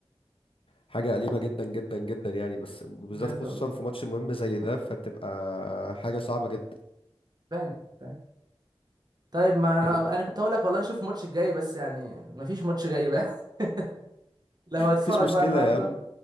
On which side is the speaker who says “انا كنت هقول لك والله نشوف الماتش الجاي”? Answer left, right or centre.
Right